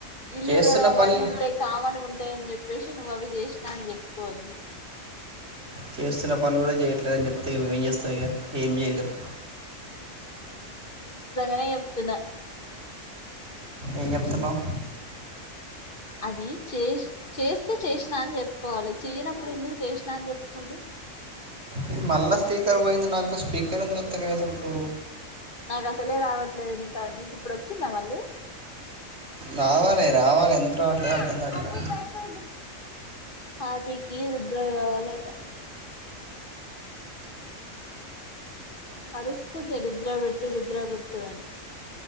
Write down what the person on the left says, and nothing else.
ఇల్లు
ఊడ్వడం అవన్నుంటాయ్
కామన్ గుంటాయ్ అని చెప్ప్ పేషి నువ్వవి చేషినా అని చెప్పుకోవద్దు
నేను నిజంగానే చెప్తున్న
అది చేష్ చేస్తే చేషినా అని చెప్పుకోవాలే చెయ్యనప్పుడు ఎందుకు చేషినా అని చెప్పుకుండు
నాకసలే రావట్లేదు నీకా నీకు ఇప్పుడు వచ్చిందా మళ్ళీ
అ
అదిపత్ర హాపీకి రుద్ర కావాలట అరుస్తుంది రుద్రాబెట్టు రుద్రాబెట్టు అని